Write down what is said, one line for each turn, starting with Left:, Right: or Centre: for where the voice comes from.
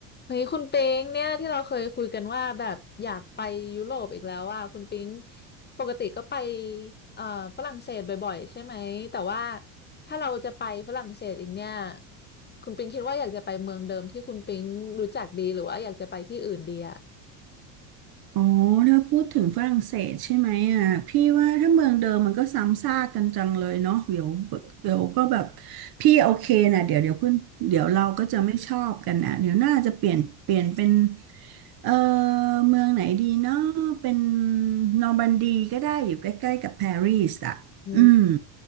Left: เฮ้ยคุณปิงเนี่ยที่เราเคยคุยกันว่าแบบอยากไปยุโรปอีกแล้วว่าคุณปิงปกติก็ไปเอ่อฝรั่งเศสบ่อยๆใช่ไหมแต่ว่าถ้าเราจะไปฝรั่งเศสอีกเนี่ยคุณปิงคิดว่าอยากจะไปเมืองเดิมที่คุณปิงรู้จักดีหรือว่าอยากจะไปที่อื่นดีอ่ะ
Right: อ๋อถ้าพูดถึงฝรั่งเศสใช่ไหมอ่ะพี่ว่าถ้าเมืองเดิมมันก็ซ้ำซากกันจังเลยเนาะเดี๋ยวเดี๋ยวก็แบบพี่โอเคนะเดี๋ยวเดี๋ยวขึ้นเดี๋ยวเราก็จะไม่ชอบกันนะเดี๋ยวน่าจะเปลี่ยนเปลี่ยนเป็นเออเมืองไหนดีเนาะเป็นนอร์มันดีก็ได้อยู่ใกล้ๆกับปารีสอ่ะอืม
Left: อืม